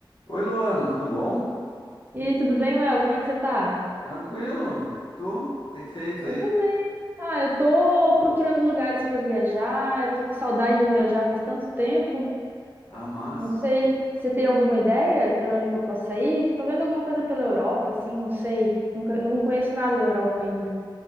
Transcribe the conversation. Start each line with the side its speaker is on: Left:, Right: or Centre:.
Left: Oi, Luana, tudo bom?
Right: E aí, tudo bem, Léo? Como é que você tá?
Left: Tranquilo? E tu? O que tem feito
Right: Eu
Left: aí?
Right: tô bem. Ah, eu tô procurando lugares pra viajar, eu tô com saudade de viajar faz tanto tempo.
Left: Ah, massa.
Right: Não sei, você tem alguma ideia pra onde que eu possa ir? Tô vendo alguma coisa pela Europa, assim, não sei. Nunca, não conheço nada da Europa ainda.